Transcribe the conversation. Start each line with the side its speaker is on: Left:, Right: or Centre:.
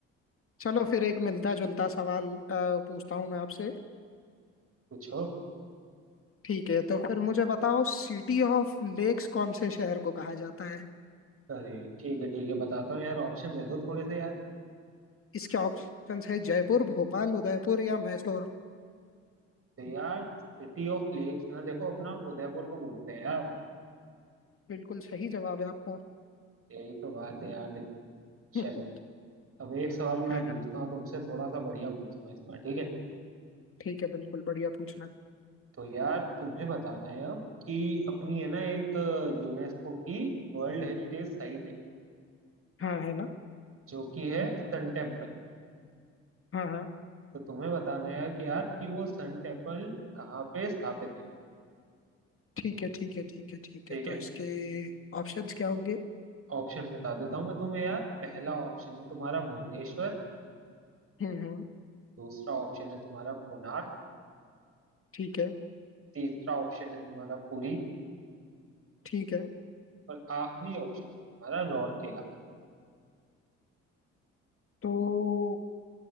Left: चलो फिर एक मिलता जुलता सवाल अ, पूछता हूँ मैं आपसे
Right: पूछो
Left: ठीक है तो फिर मुझे बताओ सिटी ऑफ लेक्स कौन से शहर को कहा जाता है
Right: अरे ठीक है ठीक है बताता हूँ यार ऑप्शन दे दो थोड़े से यार
Left: इसके ऑप्शंस है जयपुर भोपाल उदयपुर या मैसूर
Right: तो यार सिटी ऑफ लेक्स ना देखो अपना उदयपुर को बोलते हैं यार
Left: बिल्कुल सही जवाब है आपका
Right: यही तो बात है यार देखो
Left: <laughs>
Right: चलो अब एक सवाल
Left: हाँ
Right: मैं पूछता
Left: हाँ
Right: हूँ तुमसे थोड़ा सा बढ़िया पूछता हूँ इस बार ठीक है
Left: ठीक है बिल्कुल बढ़िया पूछना
Right: तो यार तुम्हें बताना है अब कि अपनी है ना एक यूनेस्को की वर्ल्ड हेरिटेज साइट है
Left: हाँ है ना
Right: जो कि है सन टेम्पल
Left: हाँ हाँ
Right: तो तुम्हें बताना है कि यार कि वो सन टेम्पल कहाँ पे स्थापित है
Left: ठीक है ठीक है ठीक है ठीक
Right: ठीक
Left: है
Right: है
Left: तो इसके ऑप्शंस क्या होंगे
Right: ऑप्शन बता देता हूँ मैं तुम्हें यार पहला ऑप्शन है तुम्हारा भुवनेश्वर
Left: हम्म हम्म
Right: दूसरा ऑप्शन है तुम्हारा कोणार्क
Left: ठीक है
Right: तीसरा ऑप्शन है तुम्हारा पुरी
Left: ठीक है
Right: और आखिरी ऑप्शन है तुम्हारा राउरकेला
Left: तो